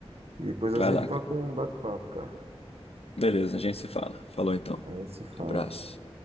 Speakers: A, on the right; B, on the left.
A: E depois a
B: Vai
A: gente
B: lá,
A: toca
B: cara.
A: um bate-papo, cara.
B: Beleza, a gente se fala. Falou então.
A: A gente se fala.
B: Abraço.